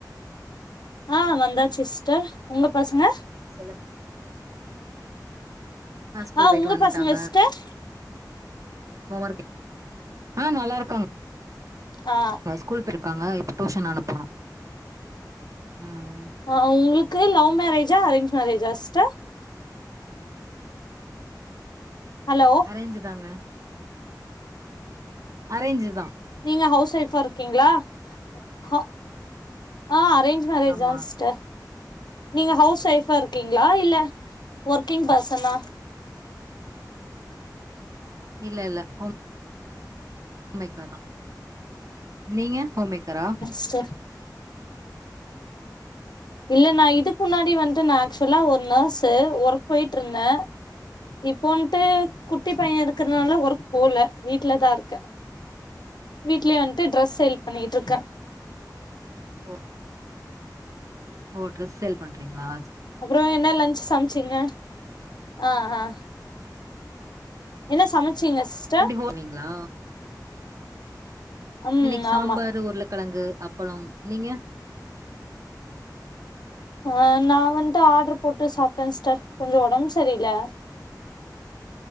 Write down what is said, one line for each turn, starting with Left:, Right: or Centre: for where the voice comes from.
Left: ஆ வந்தாச்சு சிஸ்டர் உங்க பசங்க
Right: சொல்லுங்க அ ஸ்கூல்
Left: ஆ
Right: போயிட்டு
Left: உங்க
Right: வன்ட்டாங்க
Left: பசங்க சிஸ்டர்
Right: <unintelligible> ஆ நல்லாருக்காங்
Left: ஆ
Right: ங்க ஸ்கூல் போய்ருக்காங்க இப்ப டியுஷன் அனுப்பனு ம்
Left: ஆ உங்களுக்கு லவ் மேரேஜா அரேஞ்ச் மேரேஜா சிஸ்டர் ஹலோ
Right: அரேஞ்சு தாங்க அரேஞ்சு தா
Left: நீங்க ஹவுஸ் ஒய்ஃபா இருக்கீங்களா ஹ ஆ அரே ஜ் மேரேஜ்
Right: ஆமா
Left: தாங் சிஸ்டர் நீங்க ஹவுஸ் ஒய்ஃபா இருக்கீங்ளா இல்ல ஒர்க்கிங் பசனா
Right: <inaudible> இல்ல இல்ல ஹோம் மேக்கர் தா நீங்க ஹோம்மேக்கரா
Left: ஸ்டர் இல்ல நா இதுக்கு முன்னாடி வன்ட்டு நா ஆக்சுவலா ஒரு நஸ்ஸு ஒர்க் போயிட்ருந்தே இப்போன்ட்டு குட்டி பைய இருக்கறனால ஒர்க் போல வீட்லதா இருக்க வீட்லயே வன்ட்டு ட்ரெஸ் சேல் பண்ணிட்ருக்கே
Right: ஓ ஓ ட்ரெஸ் சேல் பண்றிங்ளா
Left: அப்றோ என்ன லன்ஞ்ச்சு சமச்சிங்க ஆ ஆ என்ன சமச்சிங்க சிஸ்
Right: ப்டி போவீங்ளா
Left: ம்
Right: இன்னைக்கு சாம்பாரு
Left: ஆமா
Right: உருளக்கெழங்கு அப்பளம் நீங்க
Left: ஆ நா வன்ட்டு ஆர்ட்ரு போட்டு சாப்ட்டே சிஸ்டர் கொஞ்சோ ஓடம் சரில